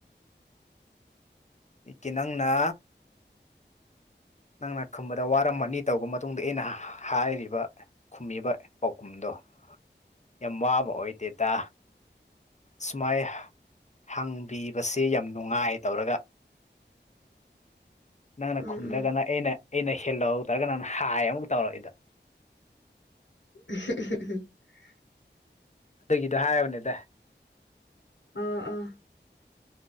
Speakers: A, on the left (about 40°); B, on the left (about 85°).
A: ꯏꯠꯀꯤ ꯅꯪꯅ ꯅꯪꯅ ꯈꯨꯝꯕꯗ ꯋꯥꯔꯝꯃꯅꯤ ꯇꯧꯔꯕ ꯃꯇꯨꯡꯗ ꯑꯩꯅ ꯍꯥꯏꯔꯤꯕ ꯈꯨꯝꯃꯤꯕ ꯄꯥꯎꯈꯨꯝꯗꯣ ꯌꯥꯝ ꯋꯥꯕ ꯑꯣꯏꯗꯦꯗ ꯁꯨꯃꯥꯏ ꯍꯪꯕꯤꯕꯁꯤ ꯌꯥꯝ ꯅꯨꯡꯉꯥꯏ ꯇꯧꯔꯒ ꯅꯪꯅ
B: ꯎꯝ
A: ꯈꯨꯝꯗ꯭ꯔꯒꯅ
B: ꯎꯝ
A: ꯑꯩꯅ ꯑꯩꯅ ꯍꯦꯜꯂꯣ ꯇꯧꯔꯒ ꯅꯪꯅ ꯍꯥꯏ ꯑꯃꯨꯛ ꯇꯧꯔꯛꯏꯗꯣ
B: ꯑꯝꯍꯝ ꯑꯝꯍꯝ
A: ꯗ ꯍꯥꯏꯕꯅꯤꯗ
B: ꯑꯥ ꯑꯥ